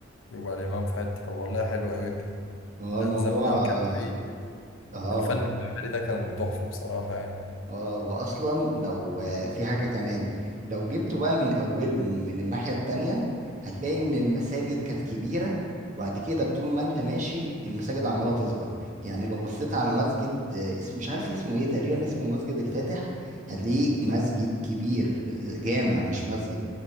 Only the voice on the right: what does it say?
هو
الموضوع
اه
اه
آه، واصلا لو آه، في حاجة كمان لو جبته بقى من اوله من الناحية التانية هتلاقي ان المساجد كانت كبيرة وبعد كده طول ما انت ماشي المساجد عمالة تصغر يعني لو بصيت على مسجد آه، اسم مش عارف اسمه ايه تقريبا اسمه مسجد الفاتح هتلاقيه مسجد كبير آه، جامع مش مسجد